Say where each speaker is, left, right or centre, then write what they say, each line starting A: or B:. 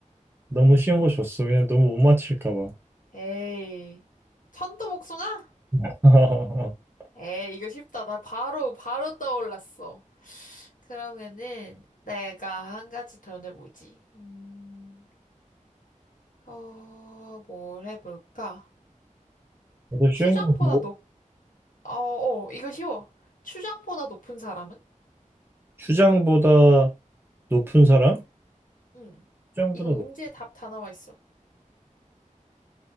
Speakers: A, on the right; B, on the left.
A: 너무 쉬운 거 줬어. 왜냐면 너무 못 맞힐까 봐.
B: 에이. 천도복숭아?
A: <laughs>
B: 에이, 이거 쉽다. 나 바로, 바로 떠올랐어. 그러면은, 내가 한 가지 더 내보지. 음, 어, 뭘 해볼까?
A: 나도 쉬운
B: 추장보다
A: 거 뭐?
B: 높, 어, 어, 이거 쉬워. 추장보다 높은 사람은?
A: 추장보다 높은 사람?
B: 응.
A: 추장보다
B: 이거 문제
A: 높...
B: 답 다 나와 있어.